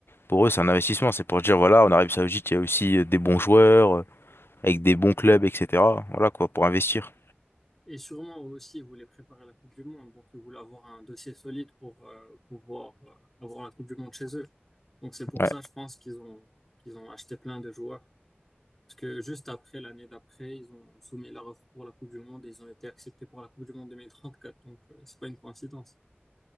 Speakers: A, on the left; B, in the centre.
A: Pour eux, c'est un investissement. C'est pour dire, voilà, en Arabie Saoudite, il y a aussi euh, des bons joueurs, euh, avec des bons clubs, etc. Voilà quoi, pour investir.
B: Et sûrement aussi, ils voulaient préparer la Coupe du Monde. Donc, ils voulaient avoir un dossier solide pour euh, pouvoir euh, avoir la Coupe du Monde chez eux. Donc, c'est pour
A: Ouais.
B: ça, je pense qu'ils ont, qu'ils ont acheté plein de joueurs. Parce que juste après, l'année d'après, ils ont soumis leur offre pour la Coupe du Monde et ils ont été acceptés pour la Coupe du Monde 2034. Donc, euh, c'est pas une coïncidence.